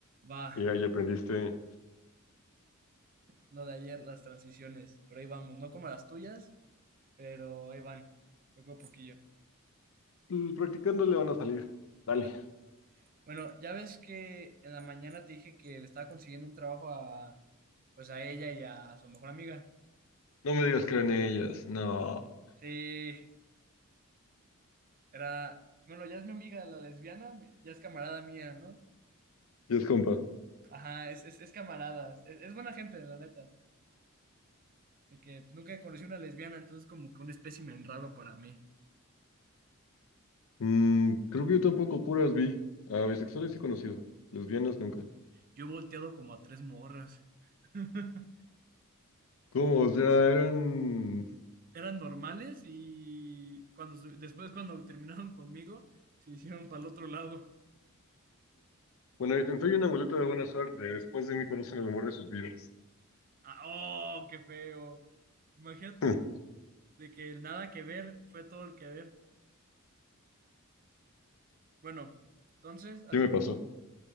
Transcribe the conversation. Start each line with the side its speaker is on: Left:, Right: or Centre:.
Right: Va,
Left: Ya, ya aprendiste.
Right: lo de ayer, las transiciones, pero ahí vamos, no como las tuyas, pero ahí van, poco a poquillo.
Left: Mm, Practicándole van a salir. Dale.
Right: Anda. Bueno, ya ves que en la mañana te dije que le estaba consiguiendo un trabajo a, pues a ella y a su mejor amiga.
Left: No me digas que eran ellas. No.
Right: Sí, Era, bueno, ya es mi amiga, la lesbiana, mi- ya es camarada mía, ¿no?
Left: Y es compa.
Right: Ajá, es, es, es camarada, es, es buena gente, la neta. De que nunca conocí una lesbiana, entonces como que un espécimen raro para mí.
Left: Mm, creo que yo tampoco puras vi. A bisexuales sí he conocido. Lesbianas nunca.
Right: Yo he volteado como a tres morras. <laughs>
Left: ¿Cómo? O sea, eran...
Right: Eran normales y cuando su- después cuando terminaron conmigo, se hicieron para el otro lado.
Left: Bueno, yo soy una muleta de buena suerte. Después de mí conocen el amor de sus vidas.
Right: Ah, ¡Oh, qué feo! Imagínate
Left: <laughs>
Right: de que el nada que ver fue todo el que ver. Bueno, entonces, hace
Left: ¿Qué me pasó?